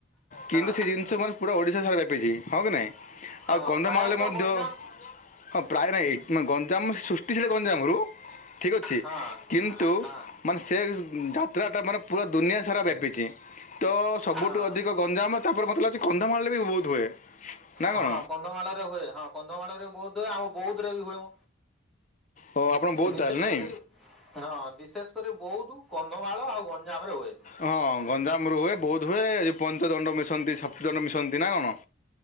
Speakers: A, on the left; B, in the centre.
A: କିନ୍ତୁ
B: ହଁ।
A: ସେ ଜିନିଷ ମାନେ ପୁରା ଓଡିଶା ସାରା ବ୍ୟାପିଛି ହଁ କି ନାଇଁ?
B: ହଁ
A: ଆଉ କନ୍ଦମାଳଲେ
B: ପ୍ରାୟତଃ
A: ମଧ୍ୟ
B: ଗଞ୍ଜାମ
A: ହଁ ପ୍ରାୟ ନାହିଁ ମା ଗଞ୍ଜାମ ସୃଷ୍ଟି ସେଟା ଗଞ୍ଜାମରୁ। ଠିକ୍ ଅଛି
B: ହଁ
A: କିନ୍ତୁ
B: ହଁ।
A: ମାନେ ସେ ଯାତ୍ରାଟା ମାନେ ପୁରା ଦୁନିଆ ସାରା ବ୍ୟାପିଚି। ତ ସବୁଠୁ
B: ହଁ
A: ଅଧିକ ଗଞ୍ଜାମ ତାପରେ ମୋତେ ଲାଗୁଛି କନ୍ଧମାଳରେ ବି ବହୁତ ହୁଏ। ନା
B: ହଁ
A: କ'ଣ
B: କନ୍ଧମାଳରେ ହୁଏ, ହଁ କନ୍ଧମାଳରେ ବହୁତ ହୁଏ, ଆମ ବୌଦ୍ଧ ରେ ବି ହୁଏ ମ।
A: ଓ ଆପଣ ବହୁତ
B: ବିଶେଷ
A: ତାହେଲେ ନାଇଁ
B: କରିକି ହଁ ବିଶେଷ କରି ବୌଦ୍ଧୁ କନ୍ଧମାଳ ଆଉ ଗଞ୍ଜାମ ରେ ହୁଏ।
A: ହଁ ଗଞ୍ଜାମର ହୁଏ ବୌଦ୍ଧ ହୁଏ, ଏ ପଞ୍ଚ ଦଣ୍ଡ ମିଶନ୍ତି ସାତ ଜନ ମିଶନ୍ତି ନା କଣ?